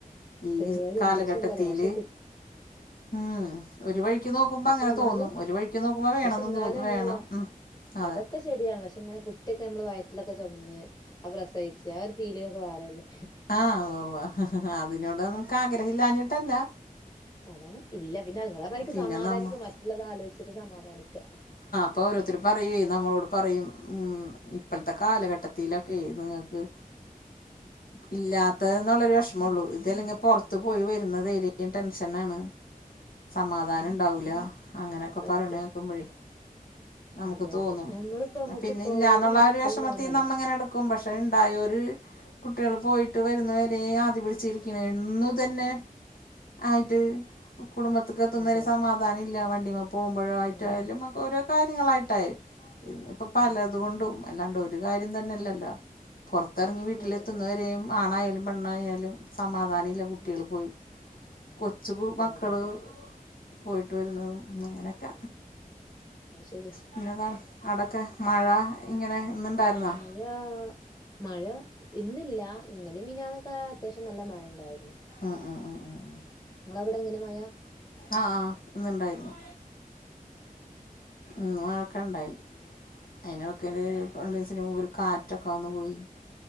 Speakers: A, on the left (about 75°); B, on the left (about 25°).
A: ഈ
B: പേടിയാണ്
A: കാലഘട്ടതീല്
B: പക്ഷെ എന്താറിയോ പക്ഷെ കു
A: ഉം ഒരു വഴിക്ക് നോക്കുമ്പോ
B: പക്ഷെ
A: അങ്ങനെ
B: എന്നാലും
A: തോന്നും ഒരു വഴിക്ക് നോക്കുമ്പോ വേണന്ന്
B: പക്ഷെ എന്നാലും
A: തോന്നും
B: അങ്ങനെയല്ല
A: വേണം ഉം അതെ
B: അതൊക്കെ ശെരിയാണ് പക്ഷെ ഇങ്ങനെ കുട്ടി ഒക്കെ നമ്മള് വയറ്റിലൊക്കെ ചോമന്ന് അഹ് പ്രസവിച്ച് ആഹ് ഒരു ഫീലിങ്ങ് ഒക്കെ വേറല്ലേ?
A: ആഹ് ഉവ്വ്വ്വ് അതിനോടൊന്നും ഇൻക്ക് ആഗ്രഹല്ലാഞ്ഞിട്ടല്ല
B: അതാണ് ഇല്ല പിന്നെ ഇങ്ങളെ മാതിരിക്ക്
A: പിന്നെ
B: സമാധാനിക്ക
A: നമ്മ
B: മറ്റുള്ളത് ആലോചിച്ചിട്ട് സമാധാനിക്ക
A: ഇപ്പൊ ഓരോരുത്തര് പറയ്യെ നമ്മളോട് പറയും ഉം ഇപ്പത്തെ കാലഘട്ടത്തിലാ ഹേ നിങ്ങക്ക്
B: <inaudible>
A: ഇല്ലാത്തത് ഇന്ന്ള്ളൊരു വിഷമംള്ളൂ ഇതല്ലെങ്കി പോർത്ത് പോയി വരുന്നത് ഏലും ടെൻഷനാണ്
B: <unintelligible>
A: സമാധാനം
B: ഉം
A: ഉണ്ടാവൂല്ല അങ്ങനെക്കെ
B: അത് സത്യാ
A: പറിണെ കേക്കുമ്പോഴേ നമുക്ക്
B: അതെ
A: തോന്നും
B: അതെ ഞമ്മളിപ്പോ നമ്മുക്ക്
A: പിന്നെ
B: തോനെ
A: ഇല്ലാന്നുള്ള
B: മക്കളുണ്ടാവുന്നല്ല
A: ആഹ് ഒരു വിഷമത്തിന്ന് നമ്മ ഇങ്ങനെ എട് ക്കും പക്ഷേ ഇണ്ടായൊര് കുട്ടികൾ പോയിട്ട് വരുന്നവരെ ആദി പിടിച്ചിരിക്ണ എന്നും തന്നെ ആയിട്ട് കുടുംബത്ത്ക്ക് എത്തുന്ന
B: അതെ
A: വരെ
B: അതെ
A: സമാ ദാനമില്ല വണ്ടിമ്മെ പോകുമ്പോഴയിട്ടായാലും
B: ഉം
A: ഓരോ കാര്യങ്ങളായിട്ടായി പ്പ പലത്
B: ഉം ഉം
A: കൊണ്ടും അല്ലാണ്ട് ഒരു കാര്യം തന്നെയല്ലല്ലോ പോർത്തറങ്ങി
B: അതെ
A: വീട്ടിലെത്തുന്നവരെയും
B: അതെ അതെ
A: ആണായാലും പെണ്ണായാലും സമാധാനം ഇല്ല കുട്ട്യാള്
B: ഉം
A: പോയി കൊച്ചു
B: അതെ
A: മക്കള്
B: അതെ സത്യം
A: പോയിട്ട് വരുന്നതും അങ്ങനെക്കെ
B: ഉം അത് ശരിയാ
A: പിന്നെന്താ അടക്കെ മഴ ഇങ്ങനെ ഇന്നുണ്ടായിരുന്നോ
B: മഴ ആ മഴ മഴ ഇന്ന്ല്ല ഇന്നലേം മിഞ്ഞാന്നൊക്കെ അത്യാവശ്യം നല്ല മഴ ണ്ടായിരുന്നു
A: ഉം ഉം ഉം ഉം ഉം
B: നിങ്ങള അവിടെ എങ്ങനെ മഴ
A: ആ ആ ഇന്ന്ണ്ടായിരുന്നു
B: ഉം
A: ഇന്നു മഴൊക്കണ്ടായി അയ്ന് വക്കല് രണ്ടീസ്ന് മുമ്പ് ഒരു കാറ്റ് റ്റൊക്കാന്നു പോയി